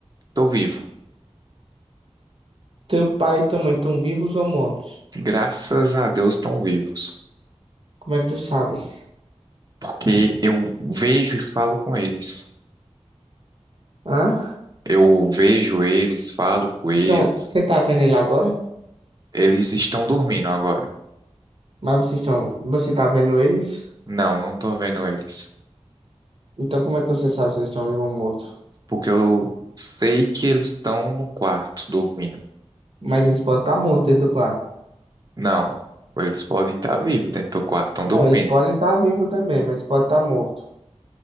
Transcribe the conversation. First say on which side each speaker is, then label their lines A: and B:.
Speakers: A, on the right; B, on the right.
A: tô vivo.
B: Teu pai e tua mãe estão vivos ou mortos?
A: Graças a Deus estão vivos.
B: Como é que tu sabe?
A: Porque eu vejo e falo com eles.
B: Hã?
A: Eu vejo eles, falo com eles.
B: Estão, você tá vendo ele agora?
A: Eles estão dormindo agora.
B: Mas vocês estão, você tá vendo eles?
A: Não, não tô vendo eles.
B: Então como é que você sabe se eles estão vivos ou mortos?
A: Porque eu sei que eles estão no quarto dormindo.
B: Mas eles podem estar mortos dentro do quarto.
A: Não, eles podem estar vivos dentro do quarto, estão
B: Não,
A: dormindo.
B: eles podem estar vivos também, mas podem estar mortos.